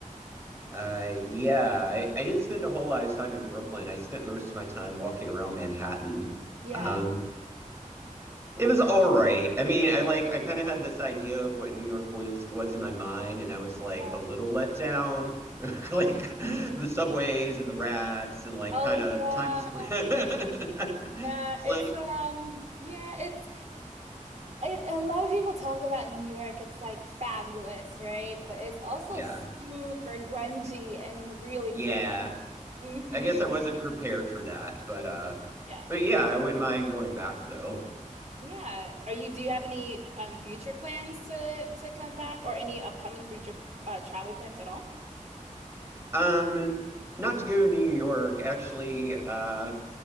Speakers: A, on the right; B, on the right.
A: Uh, yeah, I, I didn't spend a whole lot of time in Brooklyn. I spent most of my time walking around Manhattan.
B: Yeah.
A: Um, It was all right. I mean, I like I kind of had this idea of what New York was was in my mind, and I was like
B: Yeah.
A: a little let down. <laughs> Like the
B: Mhm.
A: subways and the rats and like
B: Oh
A: kind
B: yeah.
A: of Times Square. <laughs> It's
B: Yeah,
A: like,
B: it's um yeah, it's It, a lot of people talk about New York. It's like fabulous, right? But it's also
A: yeah,
B: super grungy and really
A: yeah.
B: gritty. hmm
A: I guess I wasn't prepared for that, but uh
B: Yeah.
A: but yeah, I wouldn't mind going back though.
B: Yeah. Are you, do you have any um future plans to to come back or any upcoming future uh travel plans at all?
A: Um, and not to go to New York, actually, uh